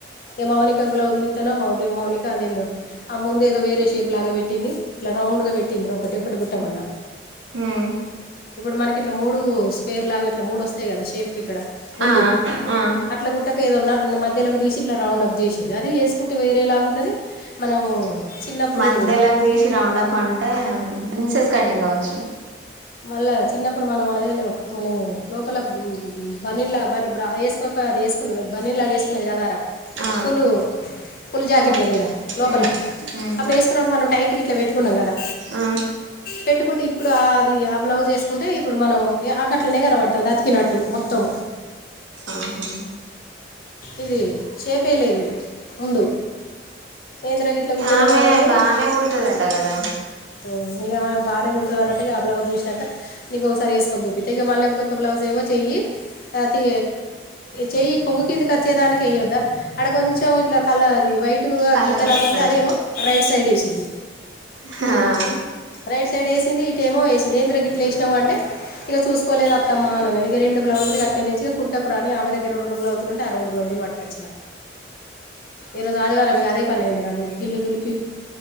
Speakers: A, on the left; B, on the right.
A: ఏ మౌనక బ్లౌజ్లిత్తేనో ఆ మౌనిక అదేందో ఆ ముందు ఏదో వేరే షేప్ లాగా పెట్టింది ఇట్లా రౌండ్ గా పెట్టింది. ఒకటి గుట్టమన్నా.
B: ఉమ్
A: ఇప్పుడు మనకి ఇట్లా మూడు స్వేర్ లాగా ఇట్లా మూడు వస్తాయి కదా షేప్కి ఇక్కడ ముందు
B: ఆ ఆ
A: అట్లా గుట్టక ఏదన్న మధ్యలోకు తీసి ఇట్లా రౌండ్ అప్ చేసింది అది వేసుకుంటే వేరేలాగా ఉన్నది. మనము చిన్నప్పుడు
B: మధ్యలో తీసి రౌండప్ అంటే ప్రిన్సెస్ కటింగ్ కావచ్చు.
A: మళ్ళా చిన్నప్పుడు మనం అదే లో మనము లోపల బన్నీను లాగా వేసుకోక అది వేసుకునేది బన్నీను లాగ వేసుకునేది కదారా
B: ఆ
A: పులు ఫుల్ జాకెట్ల
B: ఆ
A: మీద లోపల
B: ఉమ్ ఉమ్
A: అప్పుడు వేసుకున్నప్పుడు మనం టైట్గా ఇట్లా పెట్టుకున్నాం కదా
B: ఆ
A: పెట్టుకుంటే ఇప్పుడు ఆ అది ఆ బ్లౌజ్ వేసుకుంటే ఇప్పుడు మనం నాకట్లనే కనపడుతుంది అతికినట్టు మొత్తం.
B: ఆహా
A: ఇది సేపేలేదు ముందు. ఏంది రా గిట్లా కుట్టినావు
B: ఆమె
A: అని అంటే
B: బానే కుడ్తది అంట కదా.
A: ఉ ఇగ బాగానే కుడతాది అని అంటే ఆ బ్లౌజ్ చూసినాక ఇంకోసారి వేసుకోక పోతి. ఇక మళ్ళీ ఇంకోటి బ్లౌజ్ ఏమో చెయ్యి అది చెయ్యి కొంగు కిందకి వచ్చేదానికి వేయొద్దా? ఆడ కొంచెం ఇట్లా కలర్ అది వైట్గా
B: కలర్
A: గీతలాగా
B: వస్తది
A: వస్తే అదేమో రైట్ సైడ్ వేసింది.
B: హహా
A: రైట్ సైడ్ వేసింది. ఇటు ఏమో వేసింది ఎందిరా గిట్లేసినావు అంటే ఇగ చూసుకోలేదు అత్తమ్మా అని అన్నది. ఇగ రెండు బ్లౌజులు అట్నే తెచ్చి ఇగ కుట్టకు రా అని ఆమె దగ్గర రెండు బ్లౌజ్లు ఉంటే ఆ రెండు బ్లౌజులు పట్టుకొచ్చినా. ఈరోజు ఆదివారం ఇగ అదే పని అయింది నాకు ఇల్లు దులిపి